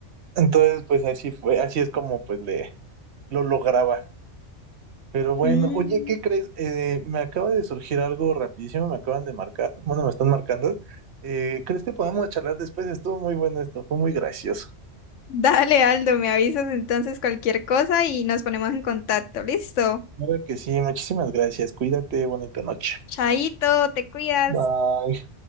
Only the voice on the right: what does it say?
Entonces, pues así fue, así es como pues le lo lograba. Pero bueno,
oye, ¿qué crees? Eh, me acaba de surgir algo rapidísimo, me acaban de marcar, bueno, me están marcando. Eh, ¿crees que podamos charlar después? Estuvo muy bueno esto, fue muy gracioso.
Claro que sí, muchísimas gracias. Cuídate, bonita noche.
Bye.